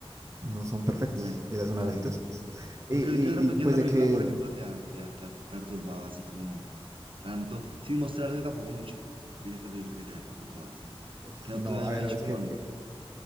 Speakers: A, on the right; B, on the right.
A: no son perfectos,
B: bueno,
A: esa es una
B: pero...
A: de las situaciones.
B: Bueno,
A: Y, y,
B: ¿qué, qué otra, pe- qué
A: y, pues
B: otra
A: de
B: película,
A: que,
B: por ejemplo, te ha, te ha- te ha perturbado así como tanto? Sin mostrarte tampoco mucho. Dime esta película que te haya perturbado
A: uf,
B: que no
A: no,
B: te había
A: a ver,
B: dicho
A: es
B: como,
A: que, es que,